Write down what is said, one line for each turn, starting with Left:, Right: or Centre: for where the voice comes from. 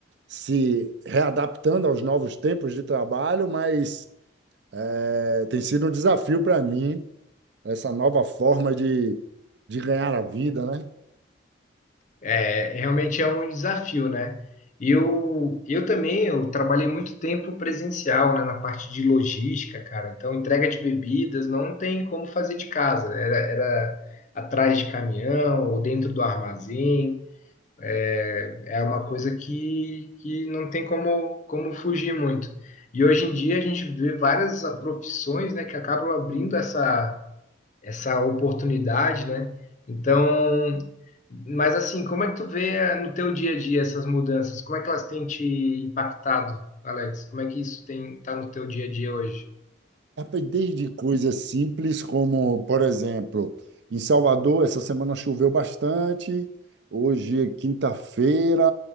Right: se readaptando aos novos tempos de trabalho, mas é, tem sido um desafio para mim essa nova forma de, de ganhar a vida, né?
Left: É, realmente é um desafio, né? Eu, eu também, eu trabalhei muito tempo presencial, né, na parte de logística, cara. Então, entrega de bebidas não tem como fazer de casa. Era, era atrás de caminhão ou dentro do armazém. É é uma coisa que, que não tem como, como fugir muito. E hoje em dia a gente vê várias ah, profissões, né, que acabam abrindo essa essa oportunidade, né? Então, mas assim, como é que tu vê eh, no teu dia a dia essas mudanças? Como é que elas têm te impactado, Alex? Como é que isso tem tá no teu dia a dia hoje?
Right: Rapaz, Desde coisas simples como, por exemplo, em Salvador, essa semana choveu bastante, hoje é quinta-feira,